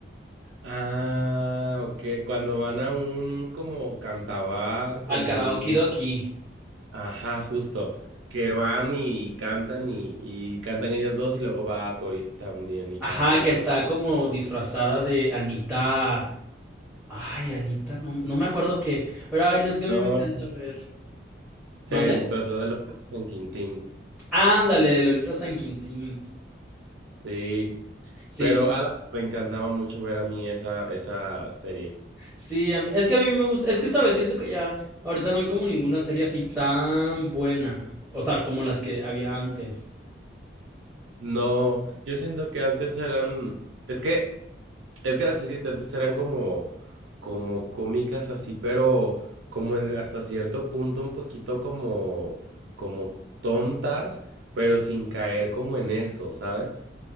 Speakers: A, on the right (about 85°); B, in the centre.
A: Ah, ok, cuando van a un como cantabar, como
B: Al karaoke
A: un
B: doki.
A: Ajá, justo. Que van y cantan y, y cantan ellas dos y luego va Tori también y
B: Ajá,
A: canta.
B: que está como disfrazada de Anita. Ay, Anita, no, no me acuerdo qué. Pero ay, no es que a
A: No,
B: mí me encanta ver.
A: Se
B: ¿Mandé?
A: disfrazó de la San Quintín.
B: Ándale, de Lolita San Quintín.
A: Sí,
B: Sí,
A: pero
B: sí.
A: ala, me encantaba mucho ver a mí esa, esa serie.
B: Sí, a mí- es que a mí me gusta. Es que, ¿sabes? Siento que ya. Ahorita no hay como ninguna serie así tan buena. O sea, como las que había antes.
A: No, yo siento que antes eran, es que es que las series de antes eran como, como cómicas así, pero como en- hasta cierto punto un poquito como, como tontas, pero sin caer como en eso, ¿sabes?